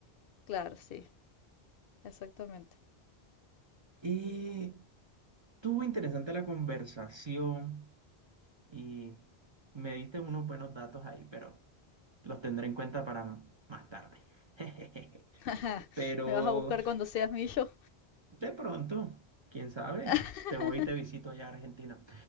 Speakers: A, on the left; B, on the right.
A: Claro, sí, exactamente.
B: Y estuvo interesante la conversación y me diste unos buenos datos ahí, pero los tendré en cuenta para más tarde. <laughs>
A: <laughs>
B: Pero
A: Me vas a buscar cuando seas millo.
B: De pronto, quién sabe,
A: <laughs>
B: te voy y te visito allá a Argentina.